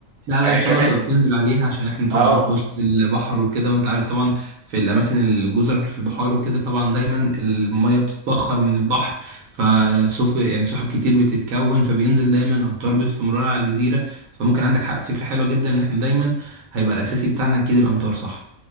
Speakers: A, on the right; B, on the right.
A: لا لا
B: آه
A: ان شاء
B: كمان
A: الله تبقى بننزل عليها عشان احنا طبعا
B: اه
A: في وسط البحر وكده وانت عارف طبعا في الاماكن الجزر اللي في البحار وكده طبعا دايما الميه بتتبخر من البحر فسوف يعني سحب كتير بتتكون فبينزل دايما امطار باستمرار على الجزيره فممكن عندك حق فكره حلوه جدا ان احنا دايما هيبقى الاساسي بتاعنا اكيد الامطار صح